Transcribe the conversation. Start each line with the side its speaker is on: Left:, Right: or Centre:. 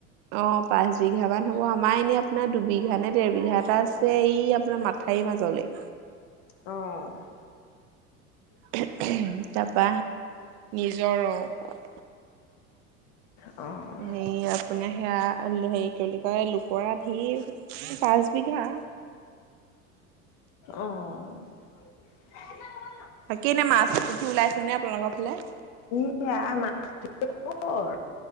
Right: অ'! পাঁচ বিঘা মান হ'ব। আমাৰ এনে, আপোনাৰ দুবিঘা নে, ডেৰ বিঘা এটা আছে। এই, আপোনাৰ ম মঠাওৰি মাজলে।
Left: অ'!
Right: <unintelligible> তাৰাপৰা, নিজৰ অ'!
Left: অ'!
Right: হেৰি আপোনাৰ সেয়া, হেৰি কি বুলি কয়! লোকৰ আধি, পাঁচ বিঘা।
Left: অ'! <unintelligible>
Right: বাকী এনে, মাছ পঠি ওলাইছে নে, আপোনালোকৰ ফালে?
Left: <unintelligible>